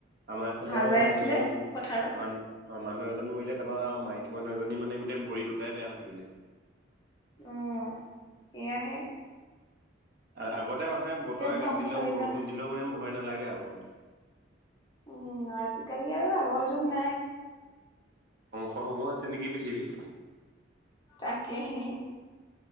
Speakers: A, on the right; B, on the left.
A: আমাৰফালেও
B: হাল বাই
A: মানুহ
B: আছিলে
A: এজন
B: পথাৰত
A: মান অ মানুহ এজন মৰিলে তাৰপৰা মাইকী মানুহ এজনী মানে গোটেই ভৰি দুটাই বেয়া হৈ থাকিলে
B: অ সেয়াহে
A: আগতে মানুহে বতৰে
B: ধ্বংসলীলা
A: গাজিলেও বৰষুণ দিলেও মানে ভয় নালাগে আগত
B: উম আজিকালি আৰু আগৰ যুগ নাই
A: ধ্বংস হৈছে নেকি পৃথিৱী
B: তাকে হে